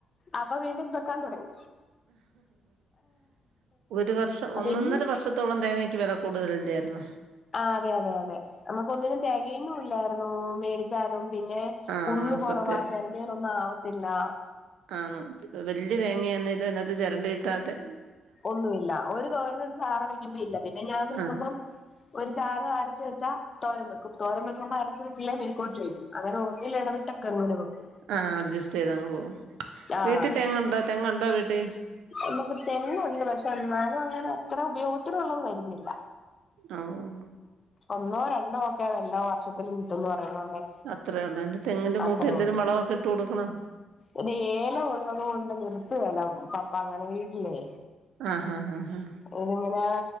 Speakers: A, on the left (about 30°); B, on the right (about 85°).
A: അപ്പം വീണ്ടും വെക്കാൻ തുടങ്ങി.
B: ഒരു വർഷം ഒന്നൊന്നര
A: പിന്നെ
B: വർഷത്തോളം തേങ്ങയ്ക്ക് വില കൂടുതലെല്യാര്ന്നോ?
A: ആ അതെ. അതെ അതെ. നമുക്ക് ഒന്നിനും തെകയുന്നു ഇല്ലായിരുന്നു മേടിച്ചാലും. പിന്നെ
B: ആഹ്
A: ഉള്ള് കൊറവാ.
B: സത്യം
A: ചെരണ്ടിയാലൊന്നും ആവത്തില്ല-
B: ആണ്. വല്യ തേങ്ങയാന്നേലും അകത്ത് ചെരണ്ടി ഇട്ടാതെ
A: ഒന്നു ഇല്ല. ഒരു തോരനും ഒരു ചാറും വെക്കുമ്പൊ ഇല്ല. പിന്നെ ഞാൻ വെക്കുമ്പം
B: ആഹ്
A: ഒരു ചാറ് അരച്ച് വെച്ചാ തോരൻ വെക്കും. തോരൻ വെക്കുമ്പ അരച്ച് വെച്ചില്ലേ മെഴുക്കുപുരട്ടി വയ്ക്കും. അങ്ങനെ ഒന്നിൽ എടവിട്ടൊക്കെ അങ്ങനെ വെക്കും.
B: ആ അഡ്ജസ്റ്റ് ചെയ്ത് അങ്ങ് പോകും.
A: ആഹ്
B: വീട്ടിൽ തേങ്ങണ്ടോ തെങ്ങുണ്ടോ വീട്ടി?
A: നമുക്ക് തെങ്ങുണ്ട്. പക്ഷെ എന്നാലും അങ്ങനെ അത്ര ഉപയോഗത്തിനുള്ളത് വരുന്നില്ല.
B: ആഹ്
A: ഒന്നോ രണ്ടോ ഒക്കെ എല്ലാ വർഷത്തിലും കിട്ടുംന്ന് പറയുന്ന പോലെ.
B: അത്ര ഒള്ളു. എന്റെ തെങ്ങിന്റെ
A: അത്രേ
B: മൂട്ടിഎന്തെലും
A: ഉള്ളൂ
B: വളമൊക്കെ ഇട്ട് കൊടുക്കണം.
A: ഇത് ഏല ഉള്ളത് കൊണ്ട് നിർത്തുകയില്ല. പപ്പ അങ്ങനെ വീട്ടിലേ
B: ആ ഹാ ഹാ ഹാ
A: ഇതിങ്ങനെ